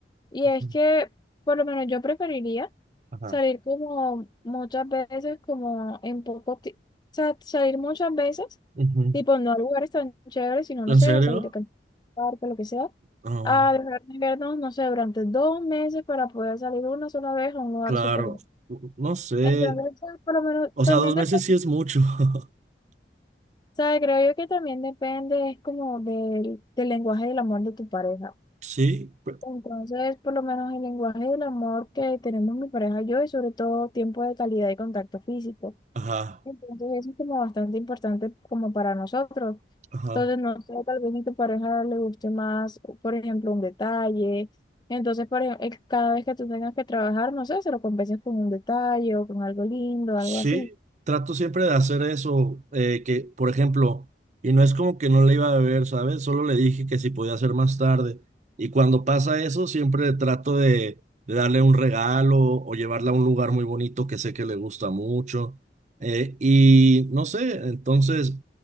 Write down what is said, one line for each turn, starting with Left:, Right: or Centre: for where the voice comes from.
Left: Y
Right: Ujú.
Left: es que, por lo menos yo preferiría
Right: Ajá.
Left: salir como muchas veces, como en poco tiempo, o sea, salir muchas veces,
Right: Ujú.
Left: tipo no a lugares tan chéveres, sino,
Right: ¿En
Left: no sé,
Right: serio?
Left: a salir de can- parque, lo que sea,
Right: Ah,
Left: a dejar de vernos, no sé, durante dos meses para poder salir una sola vez a un lugar
Right: claro.
Left: súper.
Right: No sé.
Left: Entonces, por lo menos
Right: O
Left: también
Right: sea, dos
Left: depende
Right: meses sí es mucho. <laughs>
Left: sea, creo yo que también depende, es como del, del lenguaje del amor de tu pareja.
Right: Sí. pe-
Left: Entonces, por lo menos el lenguaje del amor que tenemos mi pareja y yo, es sobre todo tiempo de calidad y contacto físico.
Right: Ajá.
Left: Entonces, eso es como bastante importante como para nosotros.
Right: Ajá.
Left: Entonces, no sé, tal vez a tu pareja le guste más, por ejemplo, un detalle. Entonces, por ejemplo, cada vez que tú tengas que trabajar, no sé, se lo compenses con un detalle o con algo lindo,
Right: Sí,
Left: algo así.
Right: trato siempre de hacer eso, eh, que por ejemplo, y no es como que no le iba a beber, ¿sabes? Solo le dije que si podía hacer más tarde. Y cuando pasa eso, siempre trato de, de darle un regalo o llevarla a un lugar muy bonito que sé que le gusta mucho. Eh, y no sé, entonces,